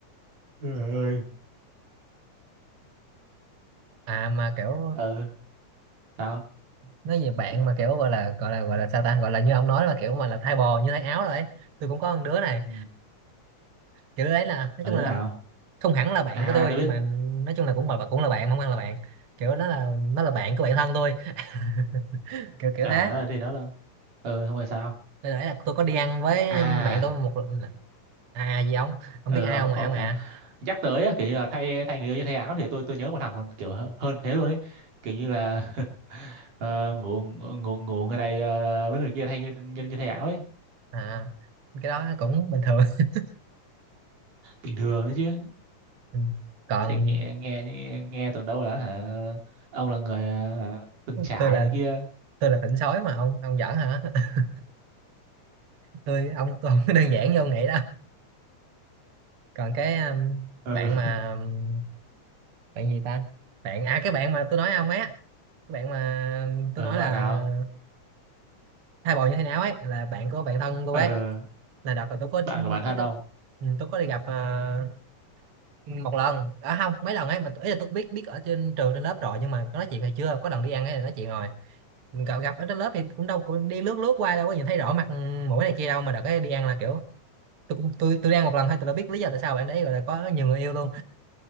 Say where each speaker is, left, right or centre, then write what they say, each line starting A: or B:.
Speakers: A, on the right; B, on the right.
A: Trời ơi.
B: <laughs> à mà kiểu
A: ừ sao
B: nói về bạn mà kiểu gọi là gọi là gọi là sao ta gọi là như ông nói là kiểu mà là thay bò như thay áo rồi ấy. tôi cũng có con đứa này
A: ừ.
B: kiểu đứa đấy là nói
A: mà
B: chung
A: đứa
B: là
A: nào
B: không hẳn là bạn
A: à
B: của tôi
A: tôi biết
B: mà nói chung là cũng là cũng là bạn không ăn là bạn kiểu đó là nó là bạn của bạn thân tôi <laughs> kiểu kiểu
A: trời
B: thế
A: ơi thì nó là ừ không phải sao
B: Đây nãy là tôi có đi ăn với
A: à
B: bạn tôi một lần là- à gì ông không
A: Ừ,
B: biết ai
A: ờ,
B: không ạ
A: ông
B: ông
A: cả
B: à,
A: nhắc tới á, kiểu như là thay thay người yêu cho thay áo thì tôi tôi nhớ một thằng còn kiểu hơ- hơn thế luôn ấy kiểu như là <laughs> ờ, ngủ ngủ ngủ người này ờ, với người kia thay như, như, như thay áo ấy
B: à cái đó cũng bình thường <laughs>
A: bình thường đấy chứ
B: Ừ. còn
A: thì nghe nghe nghe tưởng đâu là hả ông là người ờ, từng trải
B: tôi là
A: này kia
B: tôi là tỉnh sói mà ông ông giỡn hả <laughs> tôi ông tôi không có đơn giản như ông nghĩ đâu còn cái um,
A: ờ
B: bạn mà um, bạn gì ta bạn à cái bạn mà tôi nói ông ấy á, cái bạn mà tôi
A: ờ,
B: nói là
A: bạn nào
B: thai bồ như thế nào ấy là bạn của bạn thân tôi
A: ờ
B: ấy là đợt là tôi có
A: bạn của bản thân
B: ít
A: ông
B: tôi ừ, tôi có đi gặp ờ, Ừ, một lần à không mấy lần ấy mà ý là tôi biết biết ở trên trường trên lớp rồi nhưng mà có nói chuyện hay chưa có lần đi ăn ấy là nói chuyện rồi gặp gặp ở trên lớp thì cũng đâu cũng đi lướt lướt qua đâu có nhìn thấy rõ mặt mũi này kia đâu mà đợt cái đi ăn là kiểu tôi cũng tôi tôi đi ăn một lần thôi tôi đã biết lý do tại sao bạn đấy gọi là có nhiều người yêu luôn